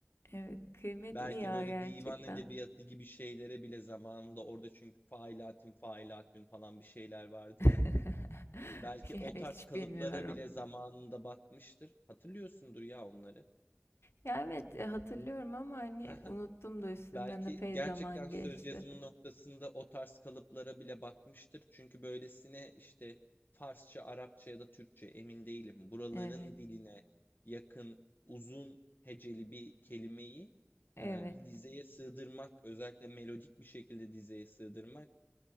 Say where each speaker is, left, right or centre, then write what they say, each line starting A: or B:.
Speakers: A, on the left; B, on the left.
A: Evet, kıymetli
B: Belki
A: ya
B: böyle
A: gerçekten.
B: divan edebiyatı gibi şeylere bile zamanında orada çünkü failatün failatün falan bir şeyler vardı
A: <laughs>
B: ya. Belki
A: Ya
B: o
A: hiç
B: tarz kalıplara
A: bilmiyorum.
B: bile zamanında bakmıştır. Hatırlıyorsundur ya onları.
A: Ya evet e, hatırlıyorum ama hani
B: <laughs>
A: unuttum da üstünden
B: Belki
A: epey
B: gerçekten
A: zaman geçti.
B: söz yazımı noktasında o tarz kalıplara bile bakmıştır. Çünkü böylesine işte Farsça, Arapça ya da Türkçe emin değilim. Buraların
A: Evet,
B: diline yakın, uzun heceli bir kelimeyi
A: evet,
B: e, bir dizeye sığdırmak, özellikle melodik bir şekilde dizeye sığdırmak